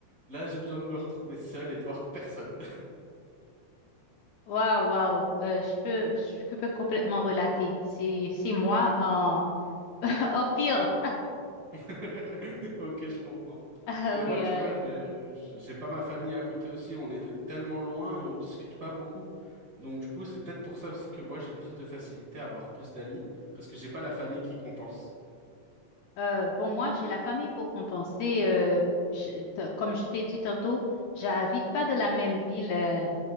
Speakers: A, on the right (about 40°); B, on the left (about 75°).
A: là, j'ai besoin de me retrouver seul et de voir personne.
B: Waouh, waouh, euh, je peux, je peux complètement relater. C'est, c'est moi en, <laughs> en pire.
A: <laughs> Ok, je comprends.
B: Ah
A: Mais
B: oui,
A: moi, tu
B: euh,
A: vois, j'ai j'ai pas ma famille à côté aussi. On est de- tellement loin et on discute pas beaucoup. Donc, du coup, c'est peut-être pour ça aussi que moi, j'ai plus de facilité à avoir plus d'amis parce que j'ai pas la famille qui compense.
B: euh, bon, moi, j'ai la famille pour compenser. euh, je- t- comme je t'ai dit tantôt, j'habite pas de la même ville euh,